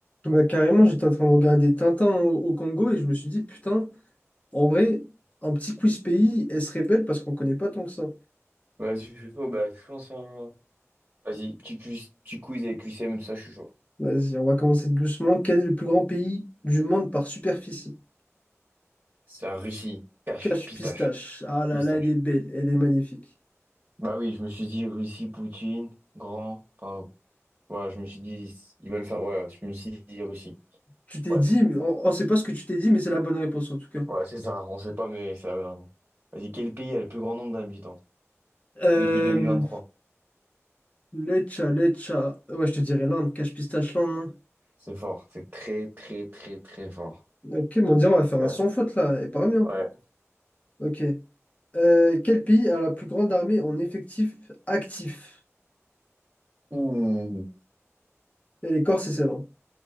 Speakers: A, on the left (about 30°); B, on the right (about 40°).
A: Bah, carrément, j'étais en train de regarder Tintin au, au Congo et je me suis dit, putain, en vrai, un petit quiz pays, elle serait belle parce qu'on connaît pas tant que ça.
B: Vas-y, je suis chaud. Bah, je lance un. Vas-y, petit quiz, petit quiz avec QCM et tout ça, je suis chaud.
A: Vas-y, on va commencer doucement. Quel est le plus grand pays du monde par superficie?
B: C'est la Russie. Cash,
A: Cache
B: pistache,
A: pistache. Ah là
B: pistache.
A: là, elle est belle, elle est magnifique.
B: Bah oui, je me suis dit Russie, Poutine, grand. Enfin, voilà, je me suis dit, ils veulent faire. Ouais, je me suis dit Russie.
A: Tu t'es
B: Bref,
A: dit, mais on, on sait pas ce que tu t'es dit, mais c'est la bonne réponse en tout cas.
B: ouais, c'est ça. On sait pas, mais c'est la bonne réponse. Vas-y, quel pays a le plus grand nombre d'habitants
A: Euh,
B: depuis 2023?
A: Lecha, Lecha. Ouais, je te dirais l'Inde, cache pistache l'Inde.
B: C'est fort. C'est très, très, très, très fort.
A: hein. Ok, bon, on dirait, on va faire un
B: Euh,
A: sans faute là, et pas bien.
B: ouais.
A: Ok. Euh, quel pays a la plus grande armée en effectif actif?
B: Ouh.
A: Et les Corses et Céylon.